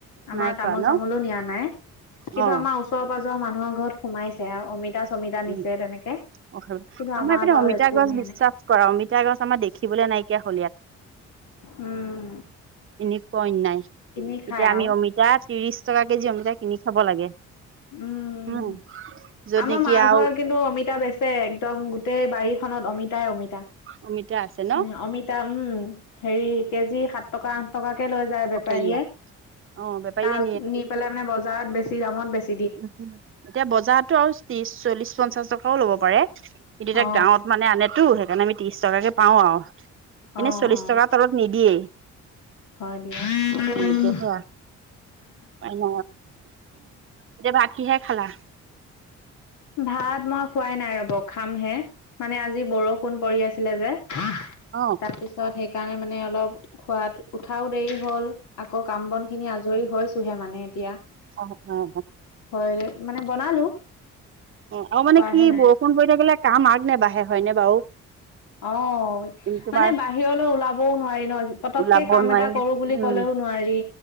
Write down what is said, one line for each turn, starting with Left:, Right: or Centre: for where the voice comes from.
Left: আমাৰ
Right: নাই কোৱা
Left: তামোল
Right: ন
Left: চামোলো নিয়া নাই কিন্তু
Right: অ
Left: আমাৰ ওচৰ পাজৰ মানুহৰ ঘৰত সোমাইছে আও অমিতাচোৰ চমিতা
Right: উম
Left: নিছে তেনেকে
Right: অ
Left: কিন্তু
Right: আমাৰতে
Left: আমাৰ বাৰু
Right: অমিতা
Left: একো
Right: গছ
Left: নিয়া
Right: বিশ্বাস
Left: নাই
Right: কৰা অমিতা গছ আমাৰ দেখিবলৈ নাইকিয়া হলিয়াত
Left: উম
Right: এনেকুৱা অন্যাই
Left: কিনি খাই
Right: এতিয়া
Left: আৰু
Right: আমি অমিতাত ত্ৰিৰিশ টকা কেজি অমিতা কিনি খাব লাগে
Left: উম
Right: হম য'ত
Left: আমাৰ
Right: নেকি
Left: মাৰ
Right: আৰু
Left: ঘৰত কিন্তু অমিতা বেচ চে একদম গোটেই বাৰীখনত অমিতা অমিতাই অমিতাই
Right: অমিতা আছে ন
Left: এ অমিতাই উম হেৰি কেজি সাত টকা আঠ টকাকে লৈ যায় বেপাৰীয়ে
Right: অ হেৰিয়া অ বেপাৰীয়ে
Left: তাল নি পেলাই মানে বজাৰত বেছি দামত বেচে
Right: উম এতিয়া বজাতটো আৰু ত্ৰিশ চল্লিশ পঞ্চাশ টকা এশও ল'ব পাৰে কিন্তু এতিয়া
Left: অ।
Right: গাঁৱত মানে আনেতো সেইকাণে আমি ত্ৰিশ টকাকে পাও আও এনেই
Left: অ
Right: চল্লিশ
Left: অ
Right: টকা তলত নিদিয়েই
Left: হয় দিয়া। উম উম
Right: তেওঁলোকে <unintelligible> হোৱা পাই ন এতি বাকী হে খালা
Left: ভাত মই খোৱাই নাই ৰব খামহে মানে আজি বৰষুণ পৰি আছিলে যে আহ
Right: অ
Left: তাৰপিছত সেই সেইকাৰণে মানে অলপ খোৱাত উঠাও দেৰি হ'ল আকৌ কাম বন খিনি আজৰি হৈ হে মানে এতিয়া
Right: উম উম উম।
Left: হয় মানে বনালো।
Right: অ আৰু মানে
Left: খোৱাহে
Right: কি
Left: নাই।
Right: বৰষুণ পৰি থাকিলে কাম আগ নে বাঢ়ে হয়নে বাৰু?
Left: অ,
Right: তোমাৰ
Left: মানে বাহিৰলৈ ওলাবও নোৱাৰি ন পতককে
Right: ওলাব
Left: কাম
Right: নোৱাৰি
Left: এটা কৰো বুলি
Right: উম
Left: ক'লেও নোৱাৰি।